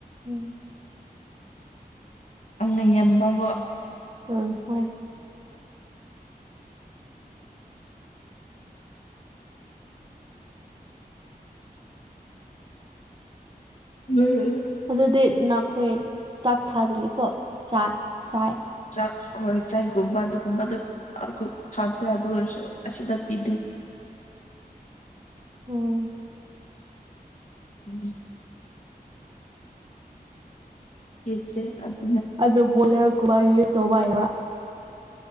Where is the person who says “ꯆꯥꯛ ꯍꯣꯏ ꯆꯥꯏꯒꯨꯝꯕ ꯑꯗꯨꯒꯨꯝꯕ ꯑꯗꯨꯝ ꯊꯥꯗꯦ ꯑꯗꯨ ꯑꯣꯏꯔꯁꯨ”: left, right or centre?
Left